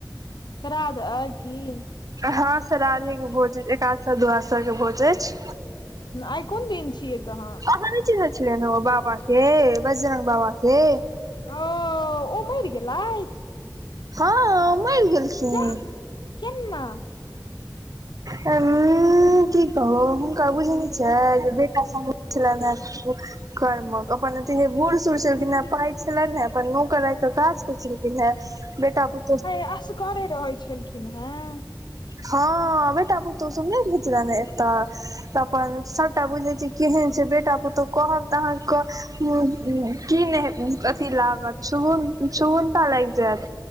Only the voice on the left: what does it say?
श्राद्ध अइ।
आइ कोन दिन छियै तहन
ओ ओ मरि गेलथि
जाह केना <unintelligible>
ऐंय असगरे रहै छलखिन हेँ